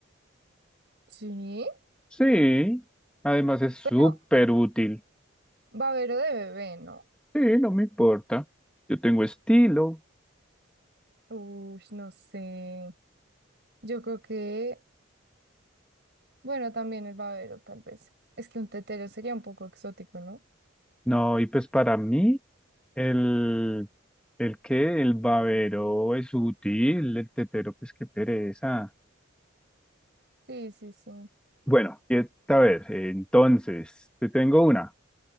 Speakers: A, on the right; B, in the centre.
A: Sí,
B: Sí, además es súper
A: pero
B: útil.
A: babero de bebé, ¿no?
B: Sí, no me importa. Yo tengo estilo.
A: Uy, no sé. Yo creo que Bueno, también el babero, tal vez. Es que un tetero sería un poco exótico, ¿no?
B: No, y pues para mí, el, el que el babero es útil, el tetero, pues qué pereza.
A: Sí, sí, sí.
B: Bueno, y, a ver, eh, entonces, te tengo una.